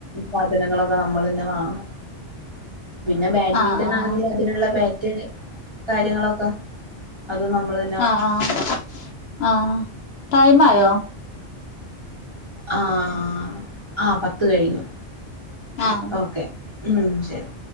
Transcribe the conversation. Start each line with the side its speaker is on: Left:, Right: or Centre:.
Right: സാധനങ്ങളൊക്കെ നമ്മള്ളന്നെ വാങ്ങണം പിന്നെ ബാഡ്മിന്റൺ
Left: ആഹ് ആഹ്
Right: ആണെങ്കില് അതിനുള്ള ബാറ്റ് കാര്യങ്ങളൊക്ക അത് നമ്മള്
Left: ആഹ് ആഹ് ആഹ അയ്യാ ടൈംയോ
Right: ആഹ് ആഹ് ആഹ് പത്ത് കഴിഞ്ഞു
Left: ആഹ്
Right: ഓക്കെ ഉം ശരി